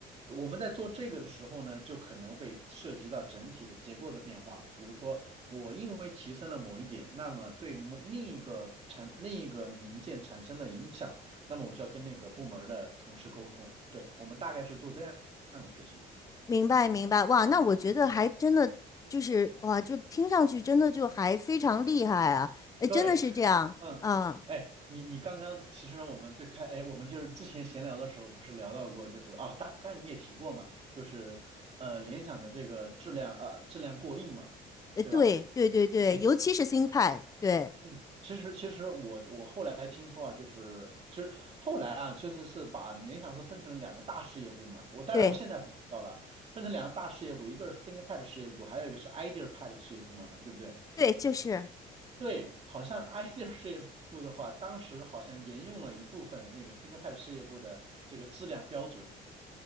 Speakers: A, on the right; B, on the left.
A: 我们在做这个的时候呢，就可能会涉及到整体的结构的变化。比如说，我因为提升了某一点，那么对某另一个产另一个零件产生了影响，那么我就要跟那个部门儿的同事沟通。对，我们大概是做这样这样的事情。
B: 明白明白，哇，那我觉得还真的就是哇，
A: 嗯
B: 就听上去真的就还非常厉害啊，哎，
A: 对，
B: 真的是这样，
A: 嗯，
B: 嗯，
A: 哎，你你刚刚其实我们最开，哎，我们就是之前闲聊的时候不是聊到过，就是啊，大概你也提过嘛，就是呃联想的这个质量呃质量过硬嘛，
B: 呃，
A: 对吧？
B: 对对对对，
A: 哎。
B: 尤其是新派，对
A: 嗯，其实其实我我后来听说啊，就是其实后来啊，确实是把联想是分成了两个大事业部嘛。我当然我现在不知道了，
B: 对
A: 分成两个大事业部，一个是 ThinkPad 事业部，还有一个是 IdeaPad 事业部嘛，对不对？
B: 对，就是，
A: 对，好像 <laughs> Idea 事业部的话，当时好像沿用了一部分那个 ThinkPad 事业部的这个质量标准，